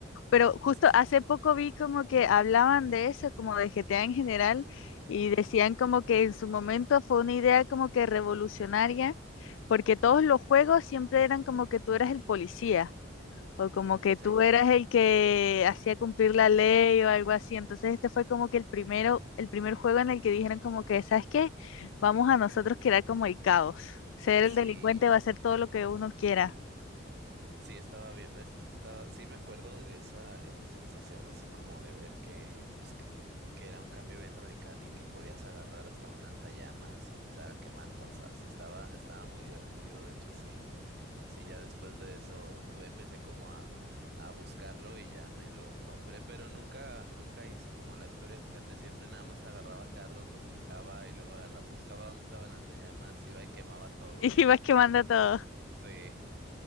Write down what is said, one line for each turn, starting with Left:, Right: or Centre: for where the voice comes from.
Left: pero justo
Right: sí,
Left: hace poco vi como que hablaban de eso, como de GTA en general, y
Right: ujú,
Left: decían como que en su momento fue una idea como que revolucionaria, porque todos los juegos siempre eran como que tú eras el policía. O como que
Right: sí,
Left: tú eras el que hacía cumplir la ley o algo así. Entonces este fue como que el primero, el primer juego en el que dijeron como que, ¿sabes qué? Vamos a nosotros crear como el caos. Ser
Right: sí.
Left: el delincuente va a hacer todo lo que uno quiera.
Right: Sí, estaba bien, estaba, sí me acuerdo de esa, esa sensación así como de ver que, pues, que, que era un cambio bien radical y que podías agarrar hasta un lanzallamas y empezar a quemar cosas. Sí, estaba, estaba muy divertido, de hecho, sí, sí, ya después de eso eh, empecé como a, a buscarlo y ya me lo compré, pero nunca, nunca hice como la historia, fíjate, siempre nada más agarraba carros, los chocaba y luego agarraba, buscaba dónde estaba el lanzallamas, iba y quemaba todo
Left: <laughs> Y
Right: y
Left: vas quemando todo.
Right: sí.